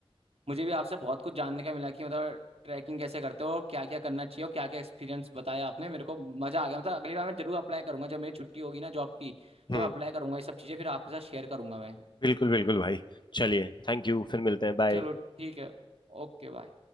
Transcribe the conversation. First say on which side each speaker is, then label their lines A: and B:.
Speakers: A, on the right; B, on the left.
A: मुझे भी आपसे बहुत कुछ जानने का मिला कि मतलब ट्रैकिंग कैसे करते हो क्या क्या करना चाहिए और क्या क्या एक्सपीरियंस बताया आपने मेरे को मजा आ गया मतलब अगली बार मैं जरूर अप्लाई करूंगा जब मेरी छुट्टी होगी ना जॉब की
B: हम्म
A: तो मैं अप्लाई करूंगा ये सब चीजें फिर आपके साथ शेयर करूंगा मैं
B: बिल्कुल बिल्कुल भाई चलिए थैंक यू फिर मिलते हैं बाय
A: चलो ठीक है Okay bye